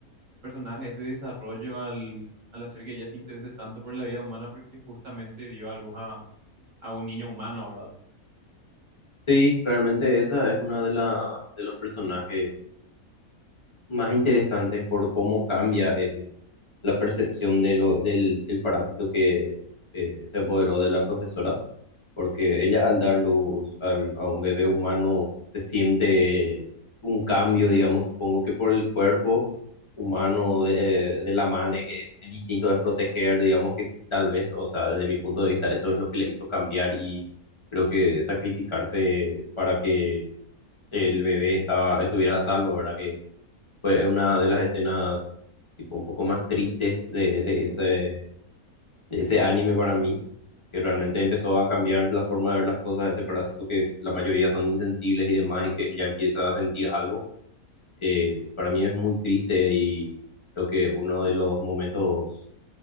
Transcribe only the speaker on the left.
Sí, realmente esa es una de la de los personajes más interesantes por cómo cambia el, la percepción de lo, del, del parásito que eh, se apoderó de la profesora, porque ella al dar luz al- a un bebé humano se siente un cambio, digamos, supongo que por el cuerpo humano de, de la madre, que es- el instinto es proteger, digamos que tal vez, o sea, desde mi punto de vista, eso es lo que le hizo cambiar y creo que sacrificarse para que el bebé estaba, estuviera a salvo, ¿verdad? que fue una de las escenas tipo un poco más tristes de, de ese, de ese anime para mí, que realmente empezó a cambiar la forma de ver las cosas, ese parásito que la mayoría son insensibles y demás, y que ya empieza a sentir algo. Eh, para mí es muy triste y creo que uno de los momentos